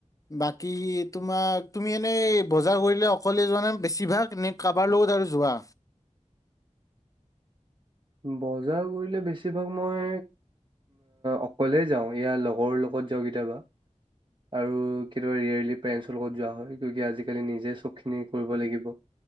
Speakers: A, on the left; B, on the right.
A: বাকী তোমাক তুমি এনেই বজাৰ কৰিলে অকলে যোৱা নাই বেছিভাগ নে কাৰবাৰ লগত আৰু যোৱা
B: বজাৰ কৰিলে বেছিভাগ মই অকলে যাওঁ ইয়াৰ লগৰৰ লগত যাওঁ কেতিয়াবা আৰু কেতিয়াবা ৰিয়লি পেৰেন্টছৰ লগত যোৱা হয় কি আজিকালি নিজ নি যে চব খিনি কৰিব লাগিব